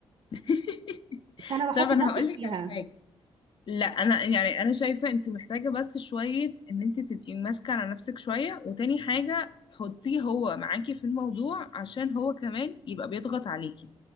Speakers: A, on the left; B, on the right.
A: <laughs>
B: فانا بحط
A: طب انا
B: بقي
A: هقول
B: فيها
A: لك على حاجه لا انا يعني انا شايفه انت محتاجه بس شويه ان انت تبقي ماسكه على نفسك شويه وتاني حاجه حطيه هو معاكي في الموضوع عشان هو كمان يبقى بيضغط عليكي